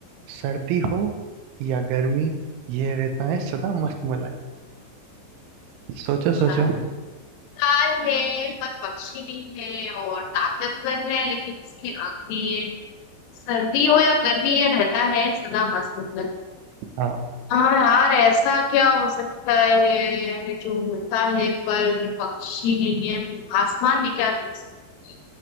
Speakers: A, on the right; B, on the left.
A: सर्दी हो या गर्मी ये रहता है सदा मस्त मलाई सोचो
B: अच्छा
A: सोचो
B: कार है पर पक्षी नहीं है और ताकतवर है लेकिन उसकी आंख नहीं है सर्दी हो या गर्मी ये रहता है सदा मस्त मतलब
A: हाँ
B: हाँ यार ऐसा क्या हो सकता है जो उड़ता है पर पक्षी नहीं है तो आसमान में क्या देख सकते हैं?